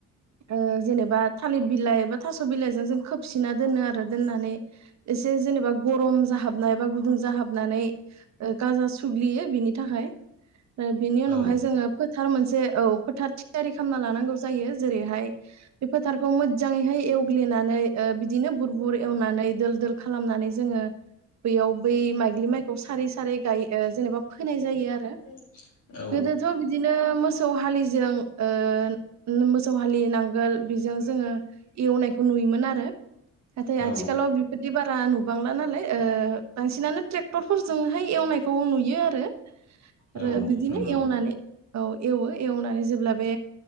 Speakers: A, on the right; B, on the left.
A: ओ जेनेब बा थालिर बिलाइ बा थास' बिलाइजों जों खोबसिनना दोनो आरो दोननानै एसे जेनेबा गरम खम जाहाबनायबा गुदुं जाहाबनानै गाजा सुग्लियो बिनि थाखाय ओ बेनि उनावहाय
B: औ
A: जोङो फोथार मोनसे औ फोथार थियारि खालामना लानांगौ जायो जेरैहाय बे फोथारखौ मोजाङैहाय एवग्लिनानै ओ बिदिनो बुर बुर एवनानै दोल दोल खालामनानै जोङो बैयाव बै माइग्लि माइखौ सारै सारै गाय जेनेबा फोनाय जायो आरो
B: <inaudible>
A: गोदोथ' बिदिनो मोसौ हलिजों ओ मोसौ हालि नांगोल बेजों जोङो एवनायखौ नुयोमोन आरो नाथाय
B: औ
A: आथिखालाव बेफोरदि बारा नुबांला नालाय ओ बांसिनानो ट्रेक्टरफोरजोंहाय एव नायखौ नुयो आरो आरो
B: औ
A: बिदिनो
B: नंगौ
A: एवनानै औ एवो एवनानै जेब्ला बे